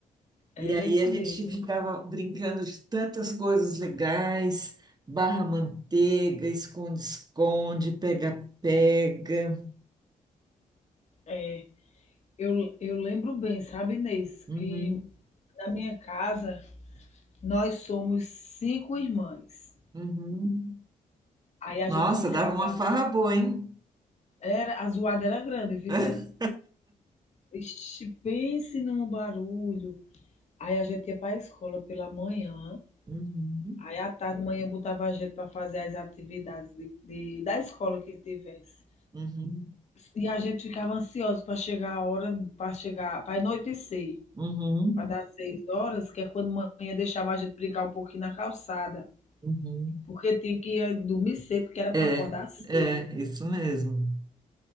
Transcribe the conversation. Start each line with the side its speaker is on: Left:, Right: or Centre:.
Right: E
Left: Era
Right: aí
Left: isso
Right: a
Left: mesmo.
Right: gente ficava brincando de tantas coisas legais, barra manteiga, esconde-esconde, pega-pega.
Left: É, Eu, eu lembro bem, sabe, Inês,
Right: Uhum,
Left: que na minha casa nós somos cinco irmãs.
Right: uhum.
Left: Aí a
Right: Nossa,
Left: gente ficava.
Right: dava uma farra boa, hein?
Left: Era, a zoada era grande, viu?
Right: <laughs>
Left: cê? Ixi, pense num barulho. Aí a gente ia para a escola pela manhã,
Right: Uhum,
Left: Aí à tarde, manhã, eu botava a gente para fazer as atividades de, de- da escola que tivesse.
Right: uhum,
Left: E a gente ficava ansioso para chegar a hora, para chegar, para anoitecer,
Right: uhum,
Left: para dar seis horas, que é quando manhã deixava a gente brincar um pouquinho na calçada,
Right: uhum.
Left: porque tinha que eh, dormir cedo, que era para
Right: É,
Left: acordar cedo.
Right: é, isso mesmo.